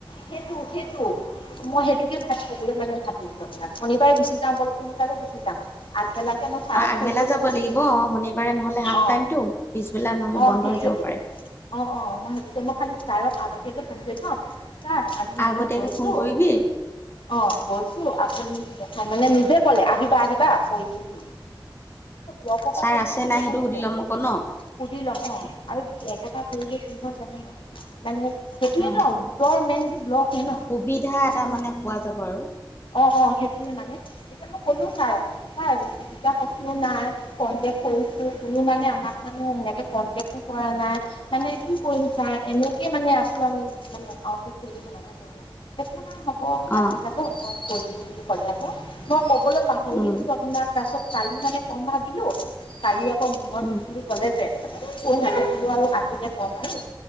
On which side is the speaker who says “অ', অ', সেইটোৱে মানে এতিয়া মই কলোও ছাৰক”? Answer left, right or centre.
Left